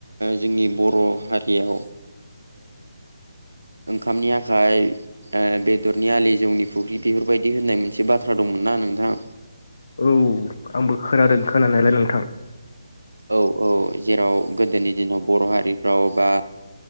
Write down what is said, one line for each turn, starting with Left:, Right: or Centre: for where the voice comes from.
Right: जोंनि बर' हारियाव ओंखामनि आखाइ बेदरनि आलि जौनि फुख्रि बेफोरबायदि होननाय मोनसे बाथ्रा दंमोनना नोंथाङा
Left: औ आंबो खोनादों खोनानायलाय नोंथां
Right: औ औ जेराव गोदोनि दिनाव बर' हारिफ्राव बा